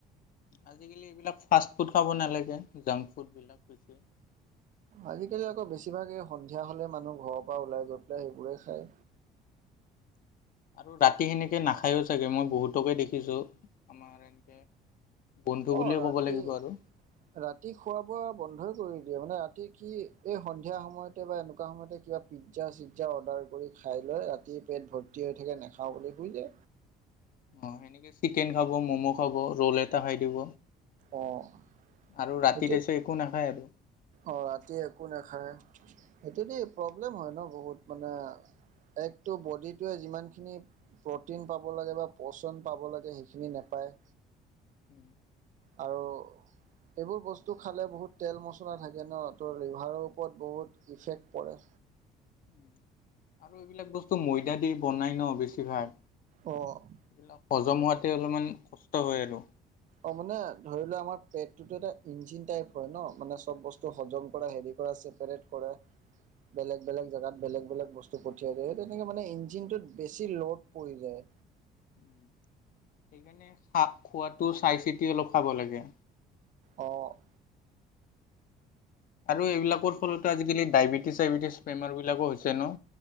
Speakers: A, on the left; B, on the right.
A: আজিকালি এইবিলাক ফাৰ্ষ্ট ফুড খাব নালাগে। জাংক ফুড বিলাক বেছি।
B: আজিকালি আকৌ বেছিভাগেই সন্ধিয়া হ'লে মানুহ ঘৰৰ পৰা ওলাই গৈ পেলাই সেইবোৰেই খায়।
A: <inaudible> আৰু ৰাতি সেনেকে নাখায়ো চাগে মই বহুতকে দেখিছো আমাৰ এনেকে। বন্ধু বুলিয়ে
B: অ' ৰাতি
A: ক'ব লাগিব আৰু।
B: ৰাতি খোৱা বোৱা বন্ধই কৰি মানে ৰাতি কি এই সন্ধিয়া সময়তে বা এনেকুৱা সময়তে কিবা পিজ্জা চিজ্জা অৰ্ডাৰ কৰি খাই। ৰাতি পেট ভৰ্তি হৈ থাকে নাখাওঁ বুলি শুই দে।
A: অ' সেনেকে চিকেন খাব, মম' খাব ৰ'ল এটা খাই দিব।
B: অ'
A: আৰু ৰাতি
B: সেইটোত
A: তাৰপিছত একো নাখায় আৰু।
B: অ' ৰাতি একো নাখায়। সেইটো দে প্ৰব্লেম হয় ন' বহুত মানে এক ত' বডিটোৱে যিমানখিনি প্ৰ'টিন পাব লাগে বা প্ৰচণ পাব লাগে সেইখিনি নাপায়।
A: <inaudible>
B: আৰু এইবোৰ বস্তু খালে বহুত তেল-মছলা থাকে ন' ত' লিভাৰৰ ওপৰত বহুত ইফেক্ট পৰে।
A: <inaudible> আৰু এইবিলাক বস্তু ময়দা দি বনাই ন' বেছিভাগ।
B: অ'
A: এইবিলাক হজম হোৱাতে অলপমান কষ্ট হয় আৰু।
B: অ' মানে ধৰি লোৱা আমাৰ পেটটোতো এটা ইঞ্জিন টাইপ হয় ন' মানে চ'ব বস্তু হজম কৰা হেৰি পৰা ছেপাৰেট কৰা। বেলেগ বেলেগ জেগাত বেলেগ বেলেগ বস্তু পঠিয়াই দিয়ে, হেতু কিন্তু মানে ইঞ্জিনটোত বেছি লড পৰি যায়।
A: <inaudible> সেইকাৰণে খা' খোৱাটো চাই চিতি অলপ খাব লাগে।
B: অ'
A: আৰু এইবিলাকৰ ফলতো আজিকালি ডায়বেটিছ চাইবেটিছ বেমাৰ বিলাকো হৈছে ন'।